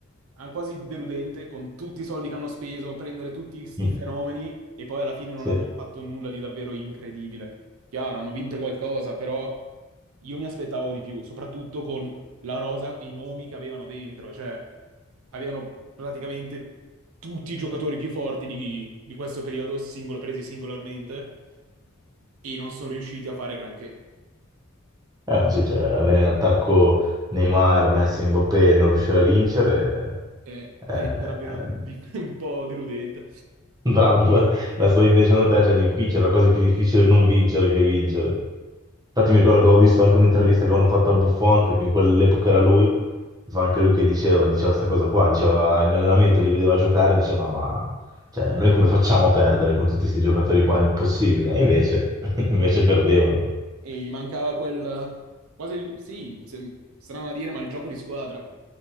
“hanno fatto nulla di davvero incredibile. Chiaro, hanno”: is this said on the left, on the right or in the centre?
Right